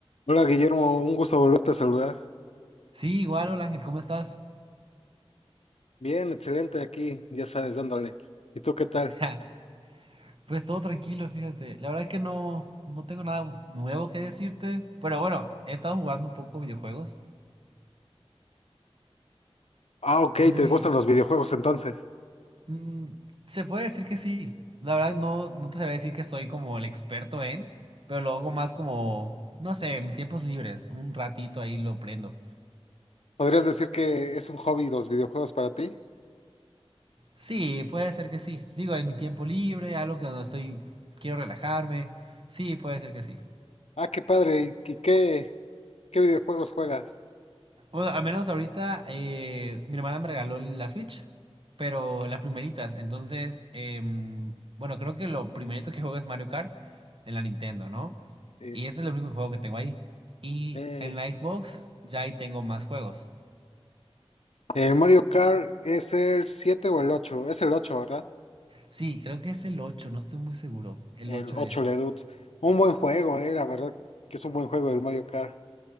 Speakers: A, on the left; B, on the right.
A: Hola Guillermo, un gusto volverte a saludar.
B: Sí, igual, hola Ángel, ¿cómo estás?
A: Bien, excelente aquí, ya sabes, dándole. ¿Y tú qué tal?
B: <laughs> Pues todo tranquilo, fíjate. La verdad que no, no tengo nada nuevo que decirte. Pero bueno, he estado jugando un poco videojuegos.
A: Ah, ok,
B: No sé
A: ¿te
B: si...
A: gustan los videojuegos entonces?
B: mm, se puede decir que sí. La verdad no, no te sabría decir que soy como el experto en, pero lo hago más como, no sé, en mis tiempos libres. Un ratito ahí lo prendo.
A: ¿Podrías decir que es un hobby los videojuegos para ti?
B: Sí, puede ser que sí. Digo, en mi tiempo libre, algo que no estoy, quiero relajarme. Sí, puede ser que sí.
A: Ah, qué padre, ¿y qué, qué videojuegos juegas?
B: Bueno, al menos ahorita eh, mi hermana me regaló la Switch, pero las primeritas. Entonces, em, bueno, creo que lo primerito que juego es Mario Kart en la Nintendo, ¿no?
A: Eh,
B: Y este es el único juego que tengo ahí. Y
A: eh,
B: en la Xbox ya ahí tengo más juegos.
A: el Mario Kart es el 7 o el 8, es el 8, ¿verdad?
B: Sí, creo que es el 8. no estoy muy seguro. El
A: El
B: ocho
A: ocho
B: es.
A: Leduc. Un buen juego, eh, la verdad que es un buen juego el Mario Kart.